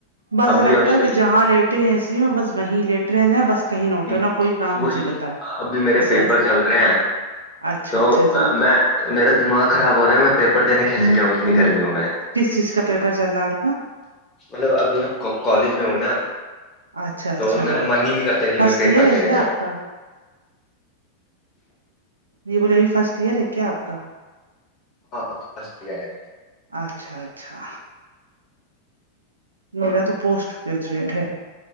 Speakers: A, on the right; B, on the left.
A: بس
B: ابھی
A: لگتا
B: ابھی
A: ہے کہ جہاں لیٹے ہیں اے سی میں بس وہیں لیٹ رہے جائیں بس کہیں نہ اٹھو
B: آمم
A: نہ کوئی کام مجھے
B: وہی
A: بتائے
B: ابھی میرے
A: بس
B: پیپر
A: ایس۔
B: چل رہے ہیں
A: اچھا
B: تو
A: اچھا جی
B: میں میرا دماغ خراب ہو رہا ہے میں پیپر دینے کیسے جاؤں اتنی گرمیوں میں
A: کس چیز کا پیپر چل رہا ہے آپ کا
B: مطلب ابھی میں کا کالج میں ہوں نا
A: اچھا اچھا
B: تو میرا من ہی نہیں کرتا جی
A: فرسٹ
B: میں پیپر
A: ایئر ہے
B: دینے
A: کیا
B: جاؤ
A: آپ کا یے بولیے ابھی فرسٹ ایئر ہے کیا آپ کا
B: ہاں ابھی فرسٹ ایئر ہے
A: اچھا اچھا میرا تو پوسٹ گریجویٹ ہے